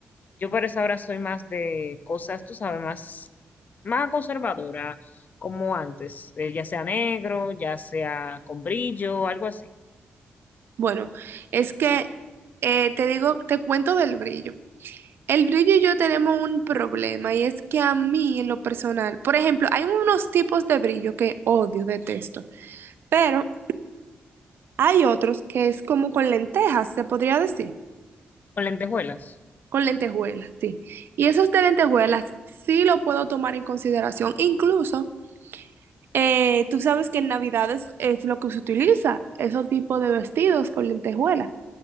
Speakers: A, on the left; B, on the right.
A: Yo para esa hora soy más de cosas, tú sabes, más, más conservadora, como antes, eh, ya sea negro, ya sea con brillo, algo así.
B: bueno, es que eh, te digo, te cuento del brillo. El brillo y yo tenemos un problema y es que a mí en lo personal, por ejemplo, hay unos tipos de brillo que odio, detesto, pero hay otros que es como con lentejas, se podría decir,
A: Con lentejuelas.
B: con lentejuelas, sí. Y esos de lentejuelas sí lo puedo tomar en consideración. Incluso, eh, tú sabes que en Navidades es lo que se utiliza, esos tipos de vestidos con lentejuelas.